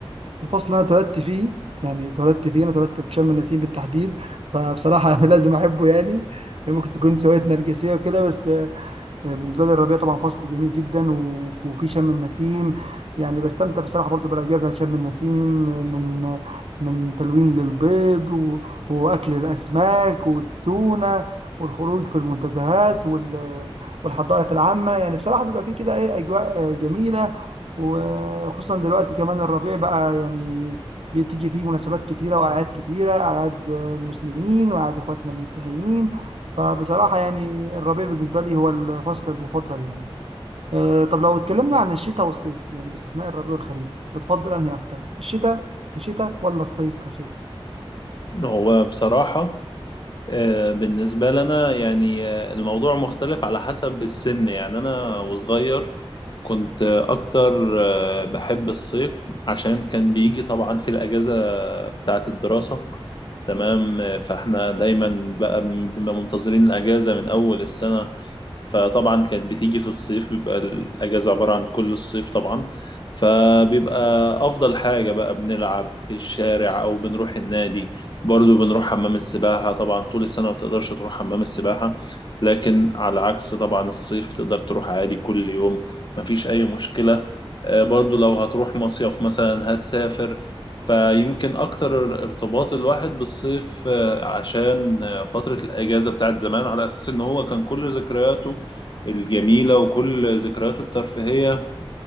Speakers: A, on the right; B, on the left.
A: الفصل اللي انا اتولدت فيه يعني اتولدت فيه انا اتولدت في شم النسيم بالتحديد فبصراحه <laughs> لازم احبه يعني ممكن تكون شويه نرجسيه وكده بس آه، بالنسبه لي الربيع طبعا فصل جميل جدا و- وفي شم النسيم يعني بستمتع بصراحه برضو بالاجواء بتاعت شم النسيم من من تلوين للبيض و- واكل الاسماك والتونه والخروج في المنتزهات وال- والحدائق العامه يعني بصراحه بيبقى في كده ايه اجواء آه، جميله وخصوصا دلوقتي كمان الربيع بقى يعني بتيجي فيه مناسبات كتيرة وأعياد كتيرة أعياد المسلمين وأعياد إخواتنا المسيحيين فبصراحة يعني الربيع بالنسبة لي هو الفصل المفضل يعني آه، طب لو اتكلمنا عن الشتاء والصيف يعني باستثناء الربيع والخريف بتفضل أنهي أكتر الشتاء كشتاء ولا الصيف كصيف
B: هو بصراحة آه، بالنسبة لنا يعني آه، الموضوع مختلف على حسب السن يعني أنا وصغير كنت آه، أكتر آه، بحب الصيف عشان كان بيجي طبعا في الأجازة بتاعة الدراسة تمام آه، فإحنا دايما بقى بنبقى منتظرين الأجازة من أول السنة فطبعا كانت بتيجي في الصيف بيبقى الأجازة عبارة عن كل الصيف طبعا فبيبقى أفضل حاجة بقى بنلعب في الشارع أو بنروح النادي برضو بنروح حمام السباحة طبعا طول السنة ما بتقدرش تروح حمام السباحة لكن على عكس طبعا الصيف تقدر تروح عادي كل يوم مفيش أي مشكلة آه، برضو لو هتروح مصيف مثلا هتسافر فيمكن أكتر ارتباط الواحد بالصيف آه، عشان آه، فترة الأجازة بتاعت زمان على أساس إن هو كان كل ذكرياته الجميلة وكل ذكرياته الترفيهية